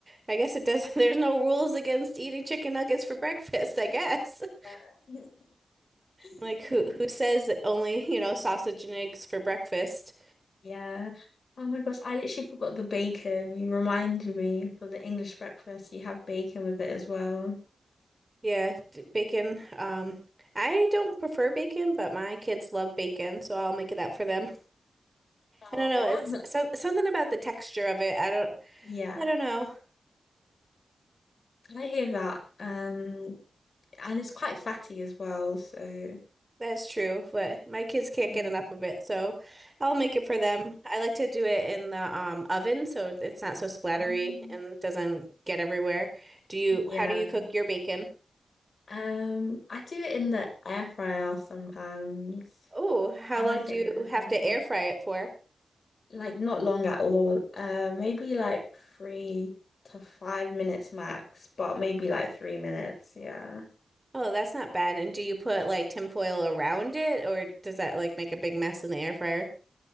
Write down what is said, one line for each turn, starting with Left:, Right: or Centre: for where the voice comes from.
Right: I guess it does. <laughs> There's no rules against eating chicken nuggets for breakfast, I guess. <laughs>
Left: Yeah. <laughs>
Right: Like, who who says only, you know, sausage and eggs for breakfast?
Left: Yeah. Oh my gosh, I literally forgot the bacon. You reminded me for the English breakfast, you have bacon with it as well.
Right: Yeah, d- bacon. Um, I don't prefer bacon, but my kids love bacon, so I'll make it that for them.
Left: Oh.
Right: I don't know. It's
Left: <laughs>
Right: so, something about the texture of it. I don't.
Left: Yeah.
Right: I don't know.
Left: Can I
Right: It's
Left: hear that? Um, and it's quite fatty as well, so <laughs>
Right: that's true, but my kids can't
Left: Mm.
Right: get enough of it, so I'll make it for them. I like to do it in the um oven, so it's not so splattery
Left: Um,
Right: and doesn't get everywhere. Do you?
Left: yeah.
Right: How do you cook your bacon?
Left: Um, I do it in the air fryer sometimes.
Right: Oh, how
Left: I
Right: long
Left: like
Right: do
Left: it
Right: you
Left: in the air
Right: have
Left: fryer.
Right: to air fry it for?
Left: Like not long at all. Uh, maybe like three to five minutes max, but maybe like three minutes. Yeah.
Right: Oh, that's not bad. And do you put like tinfoil around it or does that like make a big mess in the air fryer?